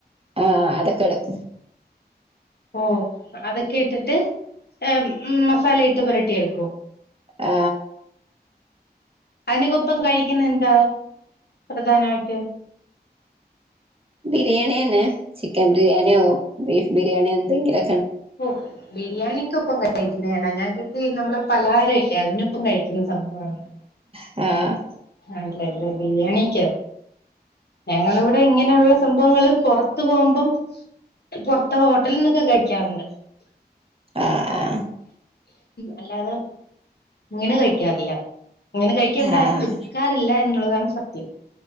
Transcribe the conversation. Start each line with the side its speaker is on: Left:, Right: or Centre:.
Right: ആ അതൊക്കെടും
Left: ഓ അതൊക്കെ ഇട്ടിട്ട് എ മസാലയിട്ട് പുരട്ടി എടുക്കൊ
Right: ആ
Left: അയിനക്കൊപ്പം കഴിക്കുന്നെന്താ പ്രധാനായിട്ട്
Right: ബിരിയാണിയെന്നെ ചിക്കൻബിരിയാണിയോ ബീഫ്ബിരിയാണിഎന്തെങ്കിലൊ
Left: ഒ ബിരിയാണി കൊപ്പം കഴിക്കുന്നതാണ് ഞ കരുതി നമ്മെളെ പലാരഇല്ലേ അതിനൊപ്പം കഴിക്കുന്ന സംഭവണന്ന്‌
Right: ആ
Left: ആല്ലല്ല ബിരിയാണികാ ഞങ്ങളവിടെ ഇങ്ങനെയുള്ള സംഭവങ്ങള് പൊറത്ത്പോവുമ്പം പൊറത്ത ഹോ ട്ടൽന്നൊക്കെ കഴിക്കാറ്ണ്ട്
Right: ആഹ്
Left: അല്ലാതെ ഇങ്ങനെ കഴിക്കാറില്ല ഇങ്ങനെ കഴിക്ക ഇവ്ടെ
Right: ആഹ്
Left: ആരും വെക്കാറില്ല എന്നുള്ളതാണ് സത്യം.